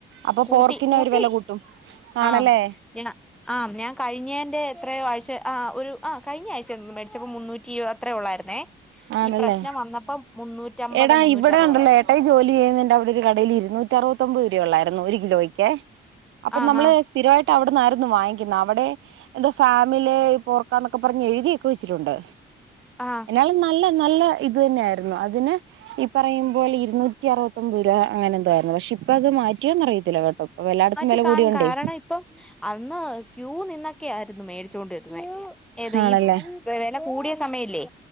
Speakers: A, on the right; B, in the centre.
A: അപ്പൊ
B: കൂട്ടി
A: പോർക്കിന്
B: കൂട്ടി
A: അവര് വില കൂട്ടും ആണല്ലേ
B: ആം ഞാ ആം ഞാ കഴിഞ്ഞേൻ്റെ എത്രയോ ആഴ്ച ആഹ് ഒരു ആഹ് കഴിഞ്ഞ ആഴ്ചയാ തോന്നുന്നു മേടിച്ചപ്പോ മുന്നൂറ്റി ഇരുവത് അത്രേ ഉള്ളായിരുന്നേ
A: ആണല്ലേ
B: ഈ പ്രശ്നം വന്നപ്പം മുന്നൂറ്റമ്പത്
A: എടാ
B: മുന്നൂറ്ററുപതായി
A: ഇവടെ ഉണ്ടല്ലോ ഏട്ടായി ജോലി ചെയ്യുന്നതിന്റെ അവടെ ഒരു- കടയില് ഇരുന്നൂറ്റ അറുവത്തൊമ്പത് രൂപ ഒള്ളായിരുന്നു ഒരു കിലോയ്ക്കേ അപ്പ
B: ആഹാ
A: നമ്മള് സ്ഥിരവായി ട്ട അവിടന്നായിരുന്നു വാങ്ങിക്ക്ന്ന് അവിടെ എന്താ ഫാമിലെ പോർക്കാന്നൊക്കെ പറഞ്ഞ് എഴുതിയൊക്കെ വെച്ചിട്ടുണ്ട്.
B: ആഹ്
A: അയാൾ നല്ല നല്ല ഇത് തന്നെ ആയിരുന്നു അതിന് ഈ പറയും മ്പോലെ ഇരുന്നൂറ്റി അറുവത്തൊമ്പത് രൂപ അങ്ങനെ എന്തോ ആയിരുന്നു പക്ഷെ ഇപ്പ അത് മാറ്റിയൊന്ന് അറിയത്തില്ല കേട്ടോ. ഇപ്പൊ എല്ലായിടത്തും
B: മാറ്റി
A: വില
B: കാണും
A: കൂടിയോണ്ടേ
B: കാരണം ഇപ്പം. അന്ന് ക്യൂ നിന്നൊക്കെയ ആയിരുന്നു മേടിച്ചോണ്ട് ഇരുന്നത് ഏത്
A: ആണല്ലേ
B: ഈ. വെല കൂടിയ സമയം ല്ലെ